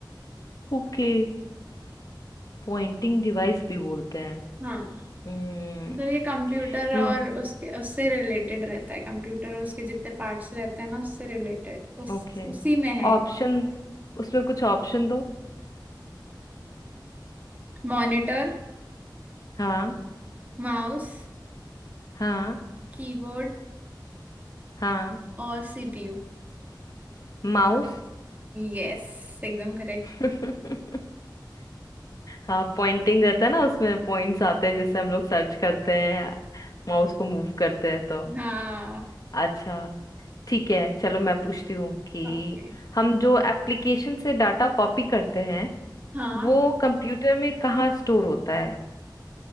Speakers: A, on the left; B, on the right.
A: ओके पॉइंटिंग डिवाइस भी बोलते हैं
B: हाँ
A: हम्म
B: मतलब ये कंप्यूटर
A: हम्म,
B: और उसके उससे रिलेटेड रहता है कंप्यूटर और उसके जितने पार्ट्स रहते हैं ना उससे रिलेटेड उस
A: ओके
B: उसी में है
A: ऑप्शन उसमें कुछ ऑप्शन दो
B: मॉनिटर
A: हाँ
B: माउस
A: हाँ
B: कीबोर्ड
A: हाँ
B: और सीपीयू
A: माउस
B: यस एकदम करेक्ट
A: <laughs> हाँ पॉइंटिंग रहता है ना उसमें पॉइंट्स आते हैं जिससे हम लोग सर्च करते हैं माउस को मूव करते हैं तो
B: हाँ
A: अच्छा ठीक है चलो मैं पूछती हूँ कि
B: ओके
A: हम जो एप्लीकेशन से डाटा कॉपी करते हैं
B: हाँ
A: वो कंप्यूटर में कहाँ स्टोर होता है